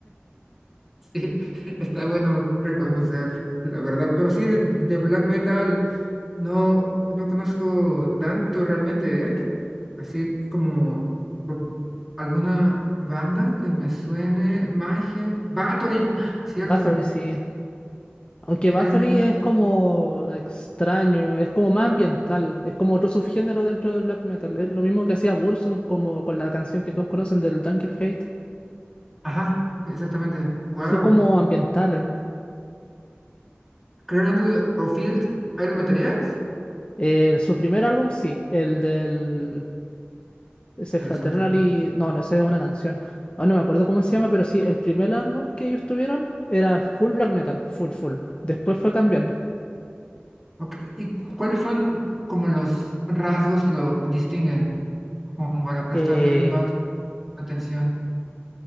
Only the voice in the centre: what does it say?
sí, está bueno reconocer la verdad, pero sí, de, de black metal no, no conozco tanto realmente, ¿eh? Así como bu- alguna banda que me suene, Mayhem, Bathory, ¡ah! cierto,
era
muy,
ajá, exactamente, wow,
Cradle of Field, ¿ahí lo meterías?
Interesante.
Ok, ¿Y cuáles son como los rasgos que lo distinguen, como para prestarle
más atención?